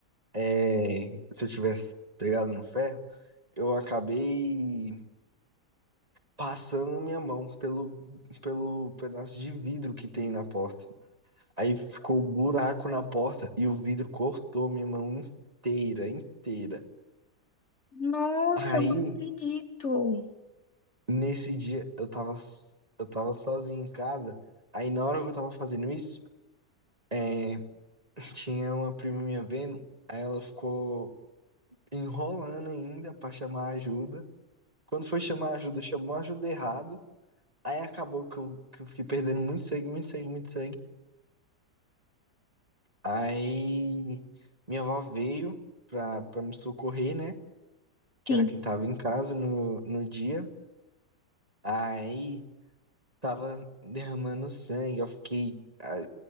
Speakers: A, on the right; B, on the left.
A: é, se eu tivesse pegado no ferro, eu acabei passando minha mão pelo, pelo pedaço de vidro que tem na porta. Aí ficou um buraco na porta e o vidro cortou minha mão inteira, inteira.
B: Nossa,
A: Aí,
B: eu não acredito.
A: nesse dia, eu tava, s- eu tava sozinho em casa. Aí na hora que eu tava fazendo isso, É, <laughs> tinha uma prima minha vendo, aí ela ficou enrolando ainda pra chamar ajuda. Quando foi chamar ajuda, chamou ajuda errado. Aí acabou que eu, que eu fiquei perdendo muito sangue, muito sangue, muito sangue. Aí minha avó veio pra, pra me socorrer, né? Que
B: Sim,
A: era quem tava em casa no, no dia. Aí tava derramando sangue, eu fiquei ah,